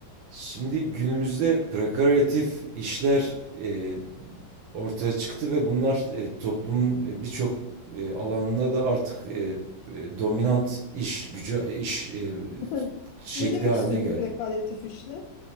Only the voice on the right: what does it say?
Şimdi günümüzde prekaryatif işler e, ortaya çıktı ve bunlar e, toplumun e, birçok e, alanına da artık e, e, dominant iş gücü e, iş e,
şekli
haline
geldi.